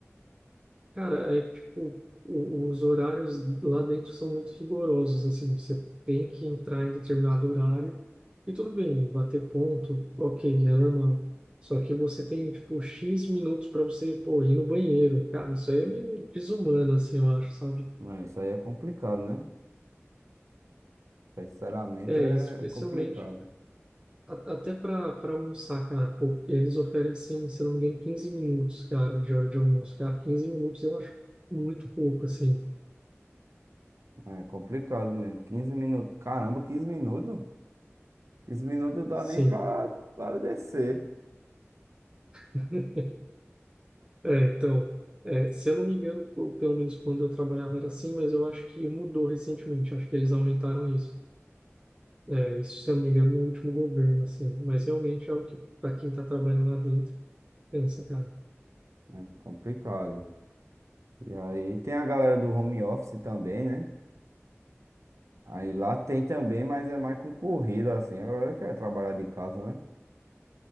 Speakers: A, on the right; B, on the right.
A: Cara, é que, tipo, o- os horários lá dentro são muito rigorosos, assim, você tem que entrar em determinado horário e tudo bem, bater ponto, ok, é normal. Só que você tem, tipo, X minutos para você, pô, ir no banheiro, cara, isso aí é meio desumano, assim, eu acho, sabe?
B: Não, isso aí é complicado, né? Sinceramente
A: É,
B: é
A: especialmente
B: é complicado.
A: a- até para para almoçar, cara, pô, eles oferecem, se não me engano, 15 minutos, cara, de hora de almoço, cara, 15 minutos eu acho muito pouco, assim,
B: É complicado mesmo. quinze minutos. Caramba, 15 minutos? quinze minutos dá
A: sim.
B: nem pra, para descer.
A: <laughs> É, então, é, se eu não me engano, eu- pelo menos quando eu trabalhava era assim, mas eu acho que mudou recentemente, acho que eles aumentaram isso. É, isso, se eu não me engano, no último governo, assim, mas realmente é o que, para quem está trabalhando lá dentro, cansa, cara.
B: É complicado. E aí tem a galera do home office também, né? Aí lá tem também, mas é mais concorrido, assim. A galera quer trabalhar de casa, né?